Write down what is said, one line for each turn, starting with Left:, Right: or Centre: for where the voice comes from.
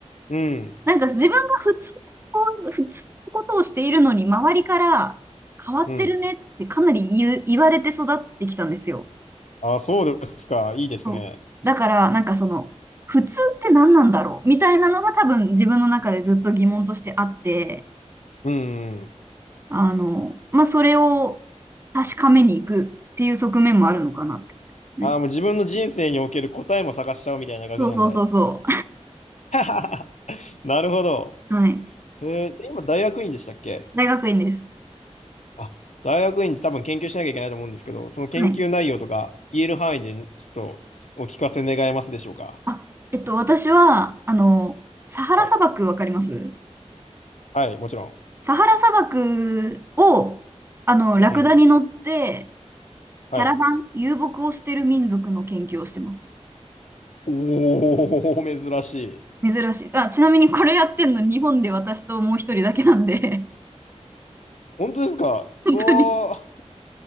Left: うん。
Right: なんか自分が普通のこう、普通のことをしているのに、周りから変わってるねってかなり言う、
Left: うん。
Right: 言われて育ってきたんですよ。
Left: あ、そうですか。いいですね。
Right: そうだから、なんかその、普通って何なんだろうみたいなのが多分自分の中でずっと疑問としてあって、
Left: うん。
Right: あの、まあ、それを確かめに行くっていう側面もあるのかなって思いますね。
Left: ああ、もう自分の人生における答えも探しちゃおうみたいな学問で。
Right: そうそうそうそ
Left: <laughs> なるほど。
Right: う。<laughs> はい。
Left: えー今、大学院でしたっけ
Right: 大学院です。
Left: あ、大学院って多分研究しなきゃいけないと思うんですけど、その研究内容とか言える範囲でちょっとお聞かせ願えますでしょうか。
Right: はい。あ、えっと、私は、あの、サハラ砂漠わかります
Left: はい、はい、もちろん。
Right: サハラ砂漠を、あの、ラクダに乗って、
Left: うん。はい。
Right: キャラバン、遊牧をしてる民族の研究をしてます。
Left: おー、珍しい。
Right: 珍しい。あ、ちなみにこれやってんの日本で私ともう一人だけなんで、
Left: 本当ですかうわー。
Right: <laughs> 本当に、